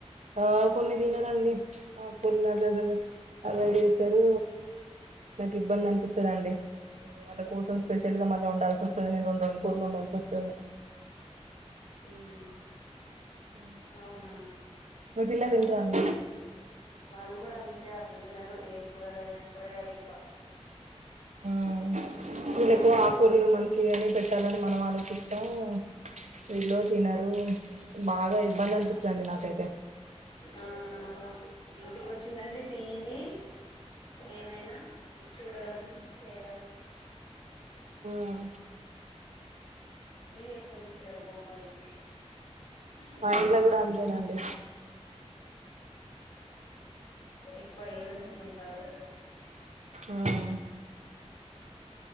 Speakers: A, on the right; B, on the left.
A: ఆ కొన్ని తినారండి ఆకూరలు అసలే అవిడ్ చేస్తారు. నాకు ఇబ్బంది అనిపిస్తదండి. ఇగ వాళ్ళ కోసం స్పెషల్ గా మళ్ళ వండాల్సి వస్తాది నేను రెండు రెండు కూరలు వండాల్సి వస్తాది.
B: ఉమ్
A: ఉ
B: అవునా
A: మీ పిల్లలు తింటారా అండి.
B: వాళ్ళు కూడా అంతే అసలు తినరు ఏ కూరలైనా కూరగాయలే ఎక్కువ.
A: ఉ
B: అంతే అట్లనే
A: వీళ్ళకేమో
B: ఉంటారు
A: ఆకూరలు
B: ఇగ
A: మంచి అని పెట్టాలని మనం ఆలోచిస్తాం. వీళ్ళు తినరు. బాగా ఇబ్బంది అనిపిస్తదండి నాకైతే
B: ఆ ఆ ఇంటికి వచ్చిందంటే టీవీ ఏమైనా చూడడం. చేయడం.
A: మ్మ్
B: టీవీ ఎక్కువ చూస్తాది బొమ్మలు. పిల్లలు
A: మా ఇంట్లో గుడ అంతేనాండి.
B: ఎక్కువ అయ్యే చూస్తుంటారు.
A: మ్మ్